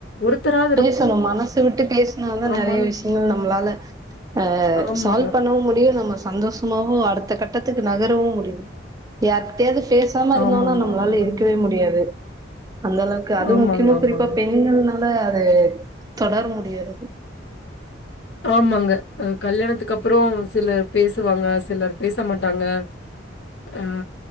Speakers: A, on the left; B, on the right.
A: ஒருத்தரால்
B: பேசணு மனசு விட்டு பேஸ் இன்னு நல்லா
A: ஆமான்னு
B: நெறைய விஷ்யங்கள் நம்ளால அ
A: ஆமாங்க.
B: சால்வ் பண்ணவு முடியு நம்ம சந்தோஷ மாவு அடுத்த கட்டத்துக்கு நகரவு முடியு யார்கிட்டயாது பே சாம இருந்தோன்னா
A: ஆமாங்க,
B: நம்ளால
A: ஆமாங்க.
B: இருக்கவே முடியாது அந்தளவுக்கு அது
A: ஆமாங்க,
B: முக்கியமா
A: ஆமாங்க.
B: குறிப்பா பெண்கள் னால அது தொடர முடியாது
A: ஆமாங்க அ கல்யாணத்துக்கப்பறோ சிலர் பேசுவாங்க சிலர் பேச மாட்டாங்க அ